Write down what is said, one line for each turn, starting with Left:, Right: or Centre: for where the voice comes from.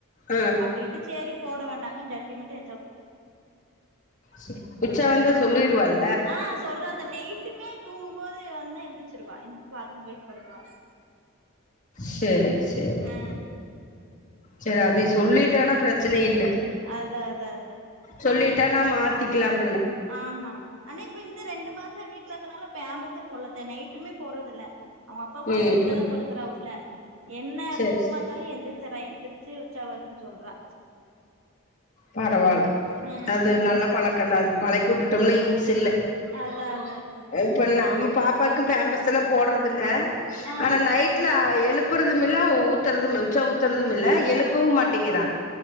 Left: ஆ
Right: அப்டின்ட்டு சேரிப் போட வேண்டாங்க ஜட்டி மட்டு எடுத்
Left: ஸு உச்சா வந்தா சொல்லிருவாள்
Right: ஆஹ் சொல்றத்த நெய்ட்டுமே தூங்கும்போது வந்து எந்திர்த் ச்சிருவா எந்த் பாத்ரும் பொய்ட் படுப்பா
Left: சேரி செரி
Right: ஆ
Left: செரி அதேஷ் சொல்லிட்டானா பிரச்சனை இல்ல
Right: அதா அதா அதா
Left: சொல்லிட்டானா மாத்திக்கலாம்
Right: ஆமா ஆனா இப்ப இந்த ரெண்டு மாசோ வீ ட்லருக்றனால பேம்பர்ஸே போட்லத்த நைட்டுமே போறட்து ல்ல அவங்க அப்பா கூட
Left: ம்
Right: பெட்ல
Left: ம்
Right: தா படுக்கறா உள்ள என்ன
Left: சேரி
Right: தூக்கமா
Left: சேரி
Right: இர்ந்தாலு எந்திர்ச்சறே என் திருச்சி உச்சா வர்துன் சொல்றா
Left: பரவால்ல
Right: ம்
Left: அது நல்ல பழக்கந்தா அது பழக் கூட்டட்டும்னு <unintelligible> சில்ல
Right: அதா அதாத்த
Left: இப்ப நம்ம பாப்பாக்கு பேம்பர்ஸ்செல்லா போடறதில்ல
Right: ஆ
Left: ஆனா நைட்ல அ எழுப்பறது <unintelligible> ல்ல ஊத்தறதும் உச்சா ஊத்துறதுமில்ல எழுப்பவு மாட்டிங்கிறா